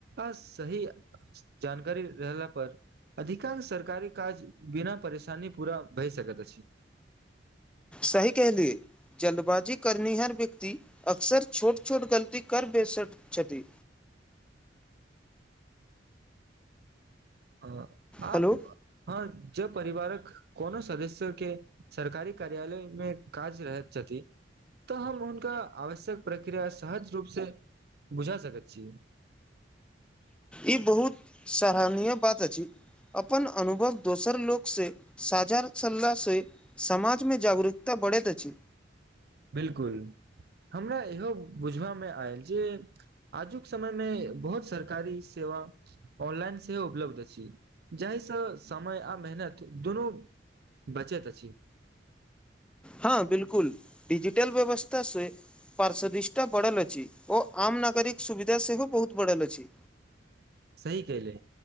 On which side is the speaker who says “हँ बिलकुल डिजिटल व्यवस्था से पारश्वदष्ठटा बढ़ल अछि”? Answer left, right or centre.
Centre